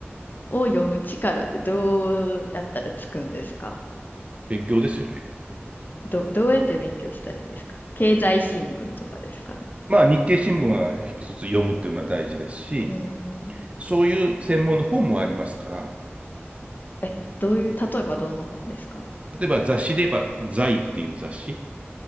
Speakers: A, on the left; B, on the right.
A: を読む力ってどうやったらつくんですか
B: 勉強ですよね。
A: ど、どうやって勉強したらいいんですか経済新聞とかですかね。
B: まあ、日経新聞は一つ読むっていうのは大事ですし、
A: うーん。
B: そういう専門の本もありますから、
A: え、どういう、例えばどんな本ですか
B: 例えば雑誌で言えば、財っていう雑誌。